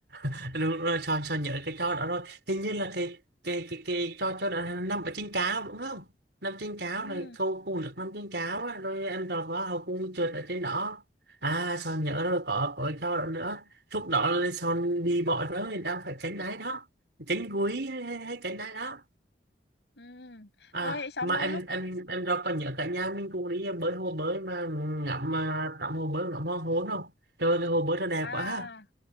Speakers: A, on the right; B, on the left.
A: à. đúng rồi Sơn Sơn nhớ cái cho đó rồi hình như là cái cái cái cái cho cho đó là nằm ở trên cáo đúng không nằm trên cáo
B: ừ
A: rồi câu cùng được nằm trên cáo á, rồi em tròn vào hậu cung trượt ở trên đó à Sơn nhớ rồi có có cái cho đó nữa lúc đó là Sơn đi bỏ đó thì đang phải cánh đáy đó cánh cuối hay, hay, hay cánh đáy đó
B: ừ
A: à
B: rồi xong
A: mà
B: rồi
A: em
B: lúc
A: em em rồi còn nhớ cả nhà mình cùng đi bơi hồ bơi mà ngắm à, tắm hồ bơi ngắm hoàng hôn không trời ơi, cái hồ bơi nó đẹp
B: à
A: quá ha